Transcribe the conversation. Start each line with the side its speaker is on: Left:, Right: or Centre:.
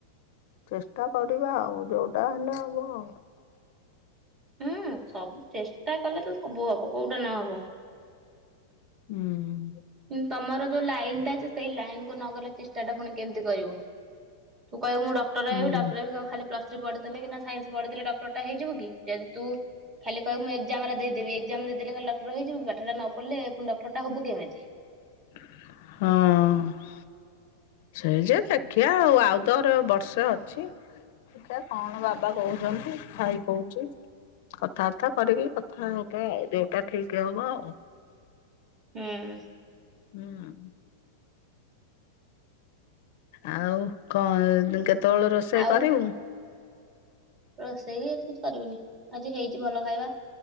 Left: ଚେଷ୍ଟା କରିବା ଆଉ ଯୋଉଟା ହେଲେ ହବ ଆଉ।
Right: ହୁଁ ସବୁ ଚେଷ୍ଟା କଲେ ତ ସବୁ ହବ କୋଉଟା ନହବ।
Left: ହୁଁ।
Right: କିନ୍ତୁ ତମର ଯୋଉ ଲାଇନ୍ ଟା ଅଛି ସେଇ ଲାଇନ୍ କୁ ନଗଲେ ଚେଷ୍ଟା ଟା ପୁଣି କେମିତି କରିବ? ତୁ କହିବୁ ମୁ ଡକ୍ଟର
Left: ହୁଁ
Right: ହେବି ଡକ୍ଟର ହେବି କଣ ଖାଲି ପ୍ଲସ୍ ଥ୍ରି ପଢିଥିଲେ କି ସାଇନ୍ସ ପଢିଦେଲେ ଡକ୍ଟର ଟା ହେଇଯିବ କି ଯଦି ତୁ ଖାଲି କହିବୁ ମୁଁ ଏକ୍ଜାମ୍ ଗୁର ଦେଇଦବି ଖାଲି ଏକ୍ଜାମ ଦେଇଦେଲେ ଡକ୍ଟର ହେଇଯିବୁ କି ପାଠଟା ନ ପଢିଲେ ପୁଣି ଡକ୍ଟର ହବୁ କେମିତି? <unintelligible>
Left: ହଁ। ସେଇ ଯେ ଦେଖିବା ଆଉ ଆଉ ତୋର ବର୍ଷେ ଅଛି। ଦେଖିବା କଣ ବାବା କହୁଛନ୍ତି ଭାଇ କହୁଛି। କଥାବାର୍ତା କରିକି କଥା ହବା ଆଉ ଯୋଉଟା ଠିକ୍ ହବ ଆଉ।
Right: ହୁଁ।
Left: ହୁଁ। ଆଉ କଣ କେତେବେଳେ ରୋଷେଇ
Right: ଆଉ
Left: କରିବୁ?
Right: ରୋଷେଇ ଆଜି କିଛି କରିବିନି ଆଉ ହେଇଛି ଭଲ ଖାଇବା